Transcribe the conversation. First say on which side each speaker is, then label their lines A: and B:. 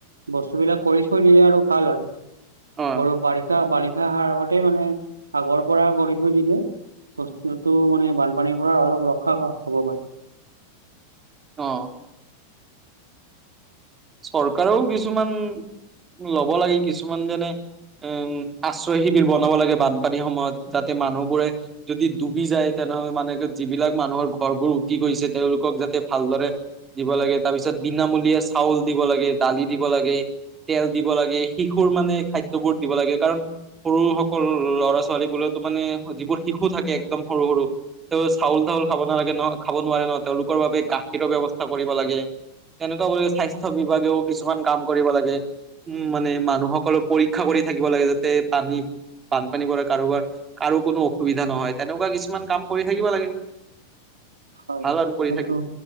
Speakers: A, on the right (about 75°); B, on the right (about 20°).
A: বস্তু বিলাক কৰি থৈ দিলে আৰু ভাল আৰু,
B: অ
A: বৰ বাৰিষা-বাৰিষা আহাৰ আগতে মানে, আগৰ পৰা কৰি থৈ দিলে বস্তুটো, মানে বানপানীৰ পৰা অলপ ৰক্ষা হ'ব পাৰে।
B: অ'। চৰকাৰেও কিছুমান লব লাগে, কিছুমান যেনে উম, আশ্ৰয় শিবিৰ বনাব লাগে বানপানীৰ সময়ত, যাতে মানুহবোৰে যদি ডুবি যায়, তেনেহ'লে মানে, যিবিলাক মানুহৰ ঘৰবোৰ উতি গৈছে, তেওঁলোকক যাতে ভালদৰে দিব লাগে। তাৰ পিছত, বিনামূলীয়া চাউল দিব লাগে, দালি দিব লাগে। তেল দিব লাগে। শিশুৰ মানে, খাদ্যবোৰ দিব লাগে। কাৰণ সৰু সকল, ল'ৰা ছোৱালীবোৰক মানে, যিবোৰ শিশু থাকে, একদম সৰু-সৰু তেওঁ চাউল টাউল খাব নালাগে নহ খাব নোৱাৰে ন', তেওঁলোকৰ বাবে গাখীৰৰ ব্যৱস্থা কৰিব লাগে। তেনেকুৱা কৰি স্বাস্থ্য বিভাগেও কিছুমান কাম কৰিব লাগে। উম, মানে মানুহসকলৰ ৰক্ষা কৰি থাকিব লাগে, যাতে পানী বানপানী পৰা কাৰোবাৰ, কাৰো কোনো অসুবিধা নহয়, তেনেকুৱা কিছুমান কাম কৰি থাকিব লাগে।
A: হয়,
B: ভাল আৰু কৰি
A: সেইটো,
B: থাকিব